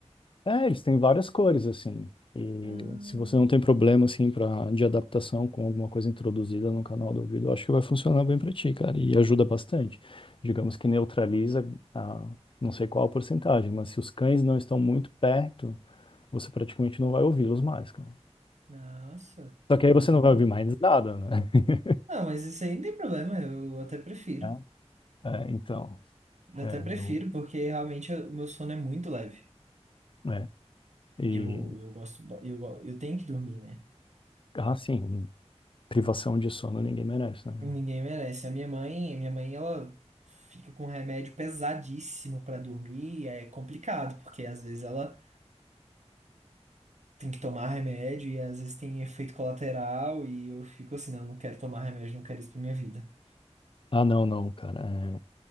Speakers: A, on the left; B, on the right.
A: É, eles têm várias cores, assim. E
B: Hum,
A: se você não tem problema, assim, pra, de adaptação com alguma coisa introduzida no canal do ouvido, eu acho que vai funcionar bem pra ti, cara. E ajuda bastante. Digamos que neutraliza a, não sei qual a porcentagem, mas se os cães não estão muito perto, você praticamente não vai ouvi-los mais, cara.
B: nossa,
A: Só que aí
B: eu
A: você
B: vou.
A: não vai ouvir mais nada, né? <laughs>
B: Não, mas isso aí não tem problema, eu até prefiro.
A: É, é, então,
B: Eu
A: é,
B: até prefiro,
A: eu,
B: porque realmente eu- o meu sono é muito leve.
A: é. E,
B: E eu, eu gosto, ba- eu, go- eu tenho que dormir, né?
A: ah, sim, privação de sono ninguém merece, né, João?
B: Ninguém merece. A minha mãe, a minha mãe, ela fica com remédio pesadíssimo pra dormir, e é complicado, porque às vezes ela tem que tomar remédio e às vezes tem efeito colateral, e eu fico assim, não, não quero tomar remédio, não quero isso pra minha vida.
A: Ah, não, não, cara. é,